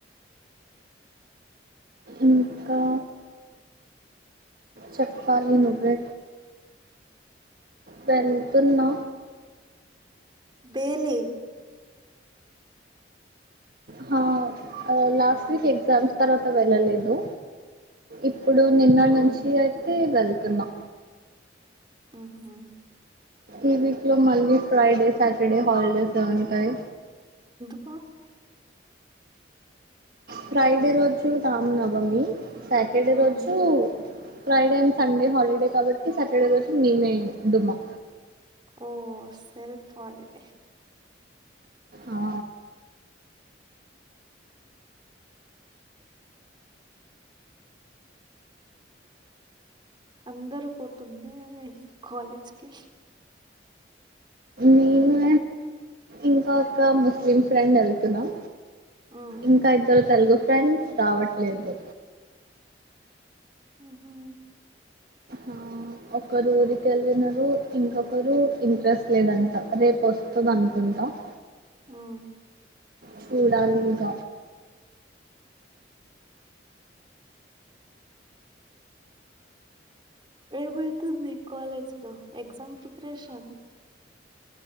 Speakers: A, on the right; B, on the right.
A: ఇంకా చెప్పాలి నువ్వే వెల్తున్నా
B: బేలి
A: హా లాస్ట్ వీక్ ఎగ్జామ్స్ తర్వాత వెళ్ళలేదు ఇప్పుడు నిన్న
B: ఉమ్
A: నుంచి అయితే వెళ్తున్నా
B: అహా
A: ఈ వీక్లో మళ్ళీ ఫ్రైడే సాటర్డే హాలిడేస్ ఎ ఉంటాయి
B: కో
A: ఫ్రైడే రోజు రామనవమి సాటర్డే
B: ఉమ్
A: రోజు ఫ్రైడే అండ్ సండే హాలిడే కాబట్టి సాటర్డే రోజు మేమే డుమ్మా
B: ఓ సెల్ఫ్ హాలిడే
A: ఆ
B: అందరూ పోతుంది కాలేజ్కి
A: నేను ఇంకా ఒక ముస్లిం ఫ్రెండ్ వెళ్తున్నాం
B: ఉమ్
A: ఇంకా ఇద్దరు తెలుగు ఫ్రెండ్స్ రావట్లేదు
B: ఉహు
A: ఆ, ఒకరు ఊరికెళ్ళినరు ఇంకొకరు ఇంట్రెస్ట్ లేదంట రేపు వస్తది అనుకుంట అంట
B: ఉమ్
A: చూడాలి ఇక
B: ఏమైతుంది కాలేజ్ లో ఎగ్జామ్ ప్రిపరేషన్